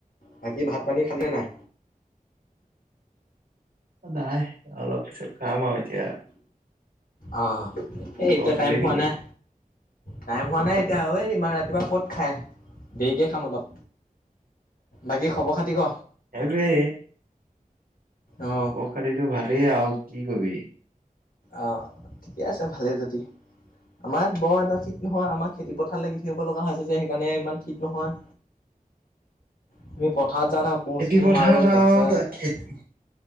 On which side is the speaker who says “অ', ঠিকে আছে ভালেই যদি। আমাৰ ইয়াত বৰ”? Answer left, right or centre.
Left